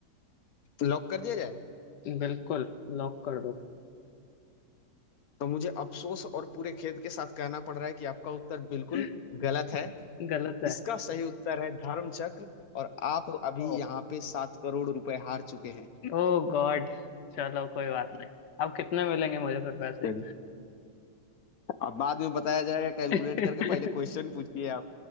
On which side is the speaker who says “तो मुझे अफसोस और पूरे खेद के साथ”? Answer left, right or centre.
Left